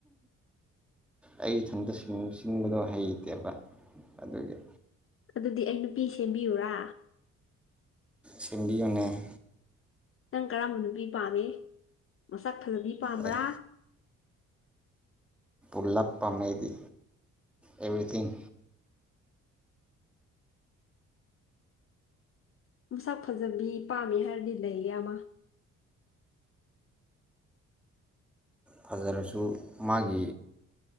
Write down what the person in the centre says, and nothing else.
ꯑꯩ ꯏꯊꯟꯇ ꯁꯤꯟ ꯁꯤꯟꯕꯗꯣ ꯍꯩꯇꯦꯕ ꯑꯗꯨꯒꯤ
ꯁꯝꯕꯤꯌꯨꯅ‌ꯦ
ꯑꯩ ꯄꯨꯂꯞ ꯄꯥꯝꯃꯤ ꯑꯩꯗꯤ ꯑꯦꯕ꯭ꯔꯤꯊꯤꯡ
ꯐꯖꯔꯁꯨ ꯃꯥꯒꯤ